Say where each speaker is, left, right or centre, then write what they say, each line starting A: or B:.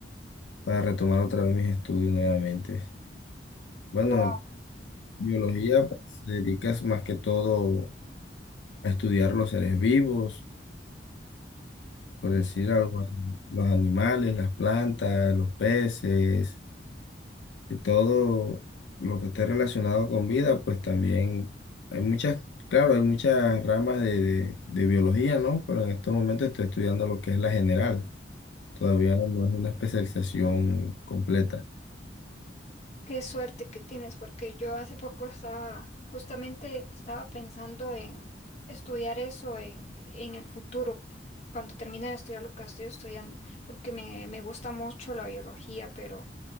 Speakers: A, on the left; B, on the left.
A: para retomar otra vez mis estudios nuevamente. Bueno,
B: Wow.
A: biología pues, se dedica más que todo a estudiar los seres vivos, por decir algo, los animales, las plantas, los peces. y todo lo que esté relacionado con vida, pues también hay muchas, claro, hay muchas ramas de, de- de biología, ¿no? Pero en estos momentos estoy estudiando lo que es la general. Todavía no es una especialización completa.
B: Qué suerte que tienes, porque yo hace poco estaba, justamente estaba pensando en estudiar eso en, en el futuro, cuando termine de estudiar lo que estoy estudiando, porque me, me gusta mucho la biología, pero